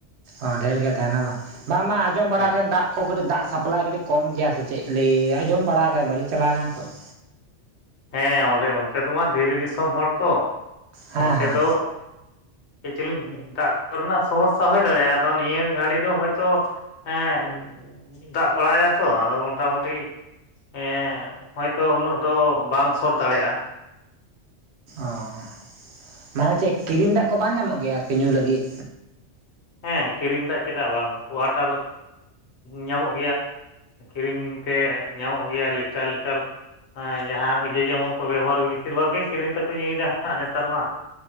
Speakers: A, on the right; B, on the left.
A: ᱚ ᱰᱷᱮᱨ ᱜᱮ ᱛᱟᱦᱮᱱᱟ ᱵᱟᱝ ᱵᱟᱝᱢᱟ ᱟᱸᱡᱚᱢ ᱵᱟᱲᱟ
B: ᱦᱮᱸ
A: ᱠᱟᱱ ᱫᱟᱜ, ᱟᱠᱚ ᱠᱟᱹᱴᱤᱡ ᱫᱟᱜ ᱥᱟᱯᱞᱟᱭ ᱠᱟᱹᱴᱤᱡ ᱠᱚᱢ ᱜᱮᱭᱟ ᱥᱮ ᱪᱮᱫ, ᱞᱟᱹᱭ ᱟᱸᱡᱚᱢ ᱵᱟᱲᱟ ᱟᱠᱟ ᱵᱟᱞᱤᱧ ᱪᱟᱞᱟᱣ ᱟᱠᱟᱱᱟ ᱛᱚ ᱾
B: ᱦᱮᱸ ᱚᱸᱰᱮ ᱚᱱᱛᱮ ᱫᱚᱢᱟ ᱫᱷᱤᱨᱤ ᱫᱤᱥᱚᱢ ᱦᱚᱲ ᱛᱚ
A: ᱦᱮᱸ
B: ᱚᱱᱛᱮ
A: ᱦᱮᱸ
B: ᱫᱚ, ᱠᱤᱪᱞᱤᱜ ᱫᱟᱜ ᱠᱚᱨᱮᱱᱟᱜ ᱥᱚᱢᱚᱥᱥᱟ ᱦᱳᱭ ᱫᱟᱲᱮᱭᱟᱜᱼᱟ, ᱟᱫᱚ ᱱᱤᱭᱟᱹ ᱜᱷᱟᱹᱲᱤ ᱫᱚ ᱦᱚᱭᱛᱳ, ᱦᱮᱸ ᱫᱟᱜᱽ ᱵᱟᱲᱟᱭ ᱫᱟ ᱛᱚ ᱟᱫᱚ ᱢᱚᱴᱟ ᱢᱩᱴᱤ ᱦᱮᱸ ᱦᱚᱭᱛᱚ ᱩᱱᱟᱹᱜ ᱫᱚ, ᱵᱟᱝ ᱥᱚᱴ ᱫᱟᱲᱮᱭᱟᱜᱼᱟ᱾
A: ᱚᱸ ᱢᱟᱱᱮ ᱪᱮᱫ ᱠᱤᱨᱤᱧ ᱫᱟᱜᱽ ᱠᱚ ᱵᱟᱝ ᱧᱟᱢᱚᱜ ᱜᱮᱭᱟ ᱟᱨᱠᱤ ᱧᱩ ᱞᱟᱹᱜᱤᱫ,
B: ᱦᱮᱸ ᱠᱤᱨᱤᱧ ᱫᱟᱜᱽ ᱪᱮᱫᱟᱜ ᱵᱟᱝ ᱠᱚᱣᱟᱴᱟᱨ ᱧᱟᱢᱚᱜ ᱜᱮᱭᱟ ᱠᱤᱨᱤᱧ ᱛᱮ ᱧᱟᱢᱚᱜ ᱜᱮᱭᱟ ᱞᱤᱴᱟᱨ ᱞᱤᱴᱟᱨ ᱦᱮᱸ ᱡᱟᱦᱟᱸ ᱡᱮ ᱡᱮᱢᱚᱱ ᱠᱚ ᱵᱮᱵᱚᱦᱟᱨ ᱵᱮᱥᱤᱨ ᱵᱷᱟᱜᱽ ᱜᱮ ᱠᱤᱨᱤᱧ ᱛᱮᱠᱚ ᱧᱩᱭᱮᱫᱟ ᱦᱟᱸᱜ ᱱᱮᱛᱟᱨ ᱢᱟ